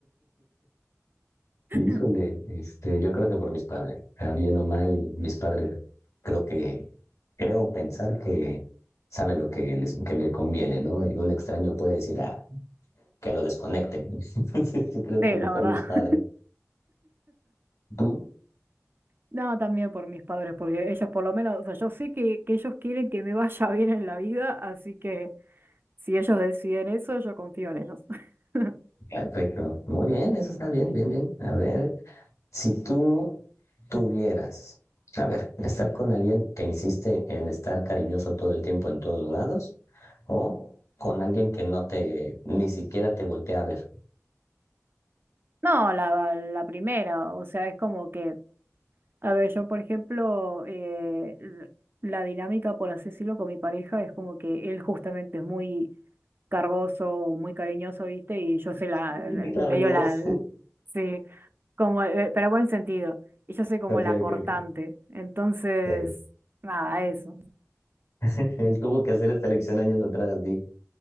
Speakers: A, on the right; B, on the left.
A: <laughs>
B: Híjole, este, yo creo que por mis padres, eh, bien o mal, mis padres, creo que, creo pensar que saben lo que les, que me conviene, ¿no? Y un extraño puede decir, ah, que lo desconecten. ¿no? <laughs> Entonces, yo creo
A: Sí,
B: que mejor
A: la verdad.
B: mis padres.
A: <laughs>
B: Tú,
A: No, también por mis padres, porque ellos por lo menos, o sea, yo sé que, que ellos quieren que me vaya <laughs> bien en la vida, así que si ellos deciden eso, yo confío en ellos. <laughs>
B: perfecto. Muy bien, eso está bien, bien, bien. A ver, si tú tuvieras, a ver, estar con alguien que insiste en estar cariñoso todo el tiempo en todos lados o con alguien que no te, ni siquiera te voltea a ver.
A: No, la, la primera, o sea, es como que A ver, yo por ejemplo, eh, l- la dinámica, por así decirlo, con mi pareja es como que él justamente es muy cargoso, muy cariñoso, ¿viste? Y yo soy la,
B: <laughs>
A: la-
B: Cargoso.
A: medio la, sí, como, eh, pero buen sentido. Y yo soy como
B: Ok,
A: la cortante.
B: ok, ok.
A: Entonces,
B: ok.
A: nada, eso.
B: <laughs> Él tuvo que hacer esta lección años atrás, di.